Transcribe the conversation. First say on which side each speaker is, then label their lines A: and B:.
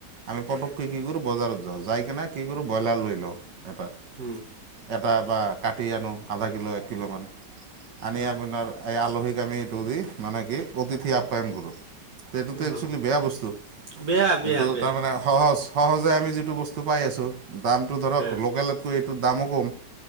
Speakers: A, on the right; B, on the right.
A: আমি পটককৈ কি কৰো বজাৰত যাওঁ যাই কিনে কি কৰো ব্ৰইলাৰ লৈ লওঁ এটা।
B: উম,
A: এটা বা কাটি আনো আধা কিলো এক কিলোমান। আনি
B: হয়
A: আপোনাৰ এই আলহীক আমি এইটো দি মানে কি অতিথি আপ্যায়ন কৰো। এইটোতো
B: অ
A: একচুৱেলি বেয়া বস্তু
B: বেয়া বেয়া
A: এইটো
B: বেয়া
A: তাৰমানে সহজ সহজ। আমি যিটো বস্তু পাই আছো দামটো ধৰক
B: হে
A: লোকেলতকৈ এইটো দামো কম।